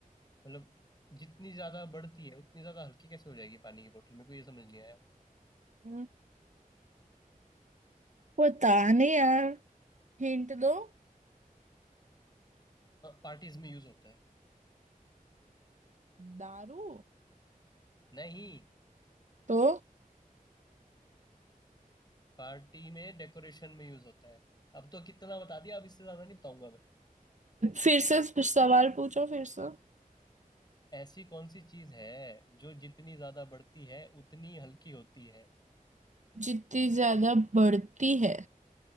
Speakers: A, on the left; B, on the right.
A: मतलब जितनी ज्यादा बढ़ती है उतनी ज्यादा हल्की कैसे हो जाएगी पानी की बोतल मेरे को ये समझ नहीं आया
B: हम्म। पता नहीं यार हिंट दो
A: पार्टीज में यूज होता है
B: दारू
A: नहीं
B: तो
A: पार्टी में डेकोरेशन में यूज होता है अब तो कितना बता दिया अब इससे ज्यादा नहीं बताऊंगा मैं
B: फिर से सवाल पूछो फिर से
A: ऐसी कौन सी चीज है जो जितनी ज्यादा बढ़ती है उतनी हल्की होती है
B: जितनी ज्यादा बढ़ती है